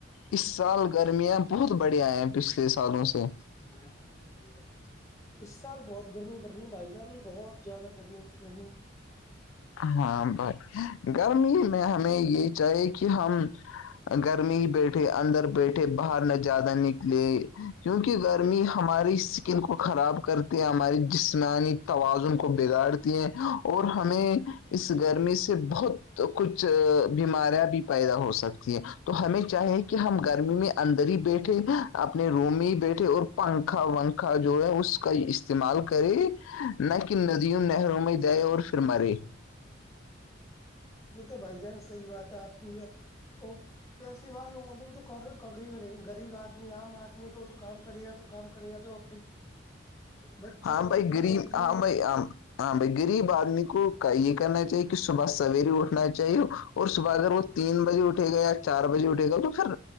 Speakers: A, on the left (about 85°); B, on the left (about 15°).
A: اس سال گرمیاں بہت بڑیا ہیں پچھلے سالوں سے
B: <inaudible> اس سال بہت گرمی پڑ رہی ہے بھائی جان بہت زیادہ گرمی پڑ رہی ہیں
A: ہاں بائی گرمی میں ہمیں یہ چاہیے کہ ہم گرمی ہی بیٹھے اندر بیٹھے باہر نہ زیادہ نکلے کیونکہ گرمی ہماری ن کو خراب کرتی ہیں ہماری جسمانی توازن کو بگاڑتی ہیں اور ہم ہمیں اس
B: ہے
A: گرمی سے بہت کچھ بیماریاں بھی پیدا ہو سکتی ہیں تو ہمیں چاہیں کہ ہم گرمی میں اندر ہی بیٹھے اپنے روم میں ہی بیٹھے اور پنکھا ونکھا جو ہے اس کا استعمال کرے نہ کہ ندیوں نہروں میں جائے اور <inaudible>
B: وہ تو بھائی جان صحی بات ہے آپ کی یہ وہ پیسے والوگوں تو وہ تو کب ہی میں نہیںغریب آدمی عام آدمی ہے تو وہ تو کام کرے گا تو کام کرے گا تو <inaudible> بچوں
A: ہاں
B: اور
A: بھائی
B: بیٹوں
A: گریب
B: کے لیے
A: ہاں بھائی ہاں بھائی غریب آدمی کو یہ کرنا چاہیے کہ صبح سویر اٹھنا چاہیے اور صبح اگر وہ تین بجے اٹھے گا یا چار بجے اٹھے گا تو پھر